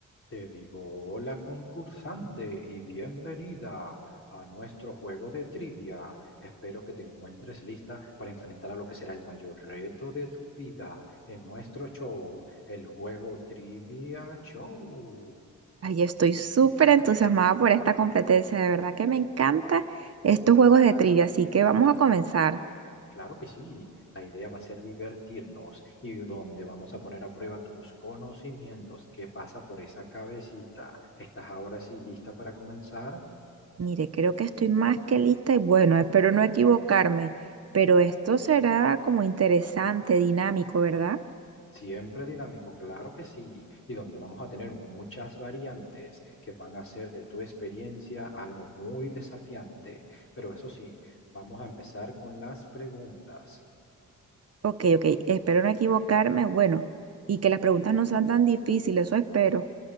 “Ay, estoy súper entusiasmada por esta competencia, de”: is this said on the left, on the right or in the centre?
Right